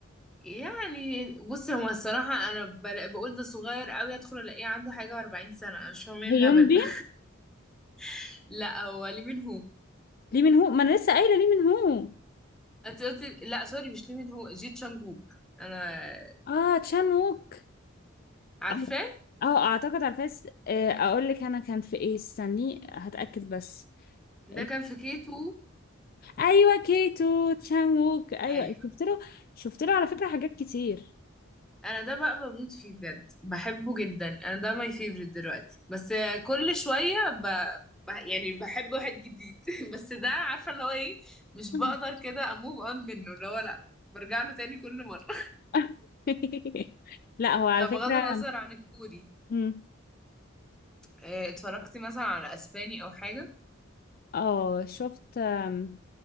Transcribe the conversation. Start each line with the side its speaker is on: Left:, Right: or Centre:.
Centre: يعني بصي هو الصراحه انا بل- بقول ده صغير قوي ادخل الاقيه عنده حاجه و40 سنه انا مش فاهمه ايه
Left: هيومبي
Centre: الهبل ده <laughs> لا هو ليه منهم
Left: ليه من هو ما انا لسه قايله ليه من هو
Centre: انت قلتي لا سوري مش ليه من هو جي تشانج ووك انا
Left: اه تشان ووك
Centre: عارفاه
Left: اه آه، اعتقد على الفيس آه، اقول لك انا كان في ايه استني هتاكد بس
Centre: ده
Left: آه،
Centre: كان في كي 2
Left: ايوه كيتو تشان ووك ايوه
Centre: ايوه
Left: شفت له شفت له على فكره حاجات كتير
Centre: انا ده بقى بموت فيه بجد بحبه جدا انا ده ماي فيفرت دلوقتي بس كل شويه ب... ب... يعني بحب واحد جديد <laughs> بس ده عارفه اللي هو ايه مش
Left: مم.
Centre: بقدر كده اموف اون منه اللي هو لا برجع له تاني كل مره
Left: <laughs> لا هو على
Centre: طب
Left: فكره
Centre: غض النظر عن الكوري
Left: مم.
Centre: إيه اتفرجتي مثلا على اسباني او حاجه
Left: اه شفت آم،